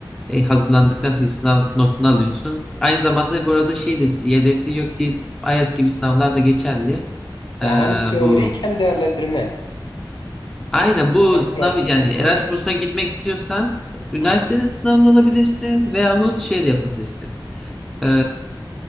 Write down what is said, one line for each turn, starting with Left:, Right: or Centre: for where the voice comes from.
Centre: E, hazırlandıktan sonra sınav notunu alıyorsun. Aynı zamanda burada şey de YDS yok değil. IELTS gibi sınavlar da geçerli.
Left: Ya
Centre: Ee,
Left: hem teorik
Centre: bu
Left: hem değerlendirme.
Centre: Aynen bu
Left: Hem
Centre: sınav
Left: pratik
Centre: yani
Left: hem teorik.
Centre: Erasmus'a gitmek istiyorsan üniversitenin
Left: Hı.
Centre: sınavında olabilirsin veyahut şey de yapabilirsin. Ee,